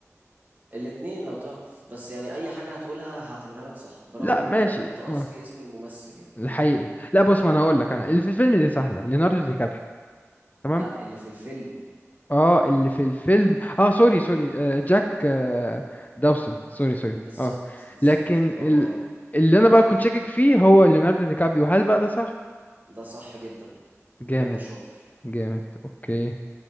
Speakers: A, on the right; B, on the left.
A: الاتنين لو تعرف بس يعني اي حاجة هتقولها هعتبرها لك صح برغم
B: لا
A: ان
B: ماشي
A: انا كنت قصدي
B: اه
A: اسم الممثل يعني
B: الحقيقي لا بص ما
A: اه
B: انا هقول لك انا اللي في الفيلم دي سهله ليوناردو دي كابريو تمام
A: لا اللي في الفيلم
B: اه اللي في الفيلم اه سوري سوري آه جاك آه داوسون سوري سوري
A: بالظبط
B: اه
A: بالظبط
B: لكن
A: برافو
B: ال...
A: عليك
B: اللي انا بقى كنت شاكك فيه هو ليوناردو دي كابريو هل بقى ده صح
A: ده صح جدا بجد
B: جامد
A: شاطر
B: جامد اوكي